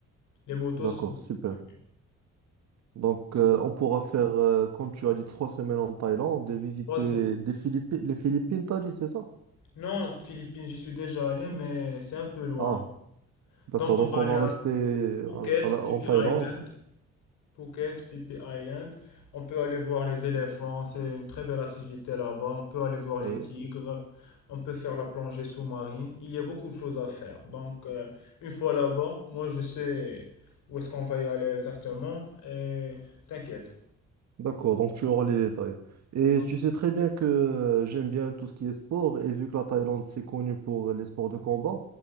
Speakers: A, on the left; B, on the right.
A: Les motos
B: D'accord,
A: sont beaucoup
B: super.
A: plus-
B: Donc, euh, on pourra faire, euh, comme tu as dit, trois semaines en Thaïlande et visiter
A: Trois semaines.
B: des Philippi- les Philippines, t'as dit, c'est ça?
A: Non, Philippines, j'y suis déjà allé, mais c'est un peu loin.
B: Ah. D'accord,
A: Donc on
B: donc
A: va
B: on
A: aller
B: va
A: à
B: rester
A: Phuket,
B: à- à la-
A: Phi
B: en
A: Phi
B: Thaïlande.
A: Island. Phuket, Phi Phi Island. On peut aller voir les éléphants, c'est une très belle activité là-bas. On peut aller voir
B: Oui.
A: les tigres, on peut faire la plongée sous-marine. Il y a beaucoup de choses à faire. Donc, euh, une fois là-bas, moi je sais où est-ce qu'on va y aller exactement et t'inquiète.
B: D'accord, donc tu auras les détails. Et
A: Oui.
B: tu sais très bien que j'aime bien tout ce qui est sport, et vu que la Thaïlande, c'est connu pour les sports de combat,